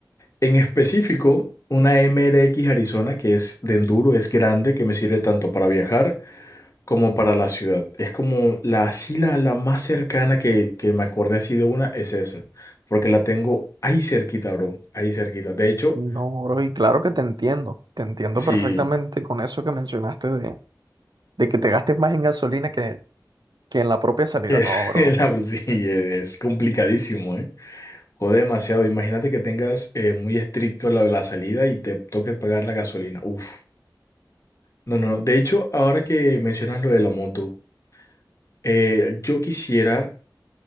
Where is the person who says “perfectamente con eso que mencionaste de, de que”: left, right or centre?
Right